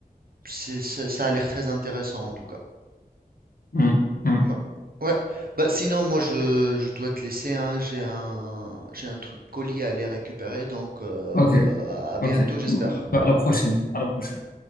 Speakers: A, on the right; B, on the left.
A: c'est, ça, ça a l'air très intéressant, en tout cas.
B: Hum, hum.
A: Ouais, ouais. Bah, sinon, moi, je, je dois te laisser, hein, j'ai un, j'ai un truc colis à aller récupérer, donc euh,
B: Ok,
A: à bientôt,
B: ok.
A: j'espère.
B: Bah, à la prochaine, à la prochaine.